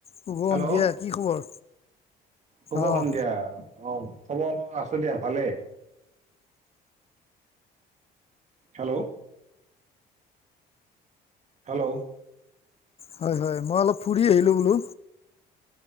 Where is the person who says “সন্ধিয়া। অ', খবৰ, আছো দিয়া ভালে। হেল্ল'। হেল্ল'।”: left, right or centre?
Right